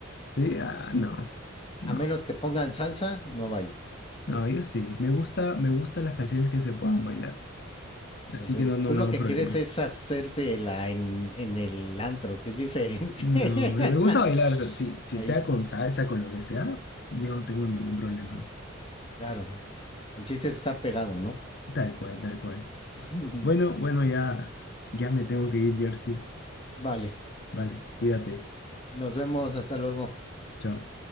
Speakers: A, on the left; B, on the left.
A: sí, ah, no, no.
B: A menos que pongan salsa, no bailo.
A: No, yo sí. Me gusta, me gustan las
B: Ujú.
A: canciones que se puedan bailar. Así
B: Entonces,
A: que no, no
B: Tú
A: me
B: lo
A: hago
B: que
A: problema.
B: quieres es hacerte la en, en el antro, que es diferente.
A: No,
B: <laughs>
A: o sea, me gusta bailar, o sea, sí, si
B: Ahí,
A: sea con salsa, con lo que sea, yo no tengo ningún problema.
B: ujú. claro. El chiste es estar pegado, ¿no?
A: Tal cual, tal cual.
B: <laughs>
A: Bueno, bueno, ya, ya me tengo que ir, Jersey.
B: Vale.
A: Vale, cuídate.
B: Nos vemos. Hasta luego.
A: Chao.